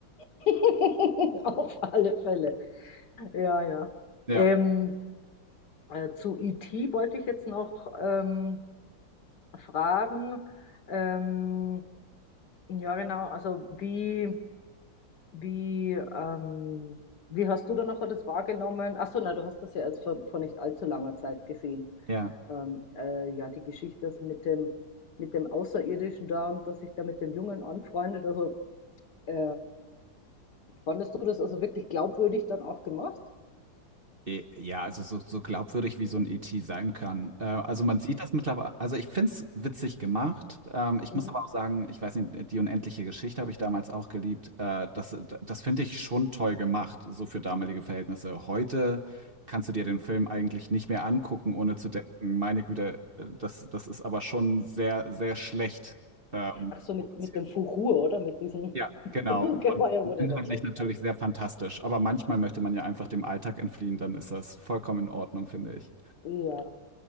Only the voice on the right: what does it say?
Ja,
ja.
Eh, Ja, also so, so glaubwürdig wie so ein ET sein kann. Äh, also man sieht das mittlerweile, also ich finde es witzig gemacht. Ähm, ich
muss aber auch sagen, ich weiß nicht, die unendliche Geschichte habe ich damals auch geliebt. Äh, das das finde ich schon toll gemacht, so für damalige Verhältnisse. Heute kannst du dir den Film eigentlich nicht mehr angucken, ohne zu denken, meine Güte, äh, das, das ist aber schon sehr, sehr schlecht. Ähm,
produziert.
Ja,
genau.
Und
inhaltlich
natürlich
sehr fantastisch. Aber manchmal möchte man ja einfach dem Alltag entfliehen, dann ist das vollkommen in Ordnung, finde ich.